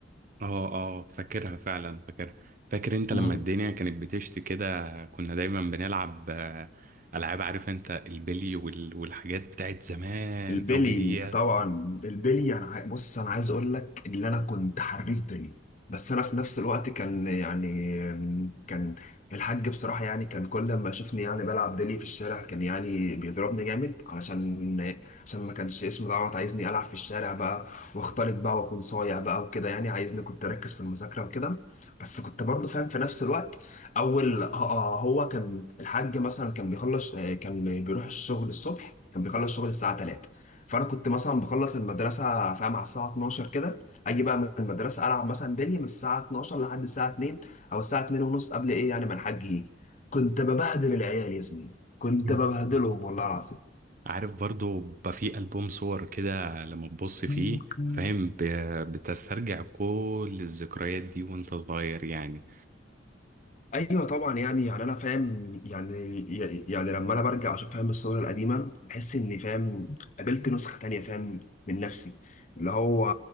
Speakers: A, on the right (about 45°); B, on the left (about 40°).
A: اه اه فاكرها فعلا فاكرها فاكر انت
B: يعني
A: لما الدنيا كانت بتشتي كده كنا دايما بنلعب آه، العاب عارف انت البلي وال- والحاجات بتاعت زمان
B: البلي
A: قوي ديت
B: طبعا البلي انا عاي- بص انا عايز اقول لك ان انا كنت حريف بلي بس انا في نفس الوقت كان يعني كان الحاج بصراحه يعني كان كل ما يشوفني يعني بلعب بلي في الشارع كان يعني بيضربني جامد علشان عشان ما كانش اسمه دعوه عايزني العب في الشارع بقى واختلط بقى واكون صايع بقى وكده يعني عايزني كنت اركز في المذاكره وكده بس كنت برضه فاهم في نفس الوقت اول آه، آه، هو كان الحاج مثلا كان بيخلص آه، كان بيروح الشغل الصبح كان بيخلص شغل الساعه 3 فانا كنت مثلا بخلص المدرسه فاهم على الساعه 12 كده اجي بقى من المدرسه العب مثلا بلي من الساعه 12 لحد الساعه 2 او الساعه 2 ونص قبل ايه يعني ما الحاج يجي كنت ببهدل العيال يا زميلي كنت
A: <laughs>
B: ببهدلهم والله
A: عارف برضو بقى في ألبوم صور كده لما تبص فيه
B: العظيم
A: فاهم ب- بتسترجع كل الذكريات دي وانت صغير يعني
B: ايوه طبعا يعني يعني انا فاهم يعني يعني لما انا برجع اشوف فاهم الصور القديمه بحس اني فاهم قابلت نسخه تانية فاهم من نفسي اللي هو